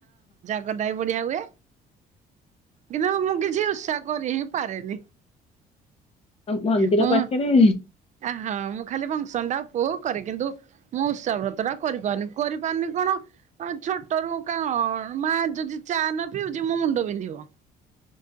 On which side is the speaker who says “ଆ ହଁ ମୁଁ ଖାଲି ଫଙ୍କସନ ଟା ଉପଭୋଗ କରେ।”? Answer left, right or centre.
Right